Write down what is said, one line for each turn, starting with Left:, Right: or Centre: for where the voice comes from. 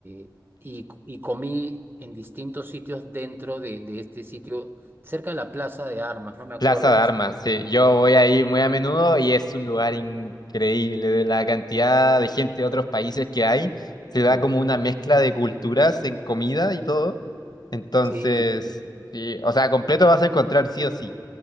Right: eh, y, y comí en distintos sitios dentro de, de este sitio, cerca de la Plaza de Armas, no me acuerdo
Left: Plaza de
Right: el
Left: Armas,
Right: sitio.
Left: sí. Yo voy ahí muy a menudo y es un lugar increíble de la cantidad de gente de otros países que hay. Se da
Right: Sí,
Left: como una mezcla de culturas en comida y todo. Entonces,
Right: sí, sí.
Left: sí, o sea, completo vas a encontrar sí o sí.